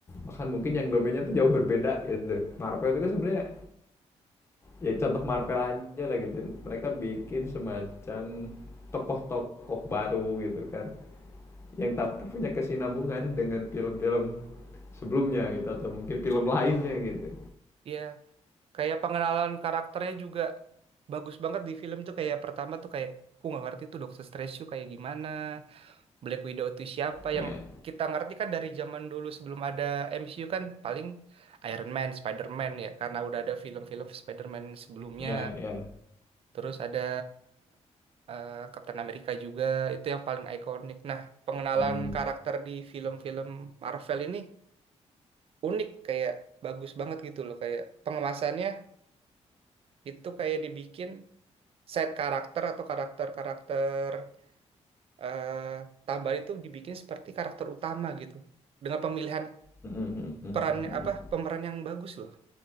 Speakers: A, on the left; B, on the right.
A: Bahkan mungkin yang domainnya tuh jauh berbeda gitu. Marvel itu kan sebenarnya ya contoh Marvel aja lah gitu mereka bikin semacam tokoh-tokoh baru gitu kan yang tapi punya kesinambungan dengan film-film sebelumnya gitu atau mungkin film lainnya gitu
B: ya kayak pengenalan karakternya juga bagus banget di film tuh kayak pertama tuh kayak aku nggak ngerti tuh Doctor Strange tuh kayak gimana Black Widow itu siapa
A: ya
B: yang kita ngerti kan dari zaman dulu sebelum ada MCU kan paling Iron Man, Spider-Man ya karena udah ada film-film Spider-Man sebelumnya
A: ya ya
B: terus ada eh, Captain America juga itu yang paling ikonik nah pengenalan
A: Hmm.
B: karakter di film-film Marvel ini unik kayak bagus banget gitu loh kayak pengemasannya itu kayak dibikin set karakter atau karakter-karakter eh, tambahan itu dibikin seperti karakter utama gitu. Dengan pemilihan
A: <laughs>
B: peran apa pemeran yang bagus loh,